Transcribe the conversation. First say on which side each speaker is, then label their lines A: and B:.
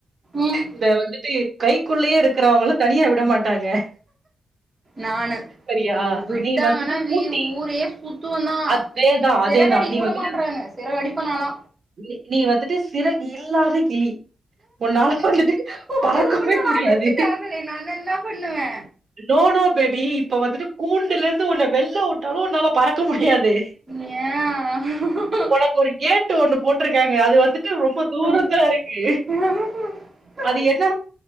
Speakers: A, on the right (about 25°); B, on the right (about 55°).
A: ம்
B: இந்தா வந்துட்டு கைக்குள்ளயே இருக்கிறவங்கள தனியா விட மாட்டாங்க
A: நானு
B: சரியா
A: ஊ விட்டாங்கன்னா
B: நீ வந்துட்டு
A: வீ
B: பூட்டி
A: ஊரே சுத்துவ நா
B: அதேதா அதேதா
A: சிறகடிக்க
B: நீ வந்துட்டு
A: உடமாட்றாங்க சிறகடிப்பே நாலா
B: நீ நீ வந்துட்டு சிறகு இல்லாத கிளி உன்னால வந்துட்டு
A: கூண்டுல
B: பறக்கவே
A: போட்டு
B: முடியாது
A: அடைச்சிட்டாங்களே நான்தா என்னா பண்ணுவே
B: நோ நோ பேபி இப்ப வந்துட்டு கூண்டுலருந்து உன்ன வெள்ல உட்டாலு உன்னலா பறக்க முடியாது
A: ஏ
B: உனக்கு ஒரு கேட்டு ஒன்னு போட்ருக்காங்க அது வந்துட்டு ரொம்ப தூரத்துல
A: ஆ
B: இருக்கு
A: ஹாய்
B: அது என்ன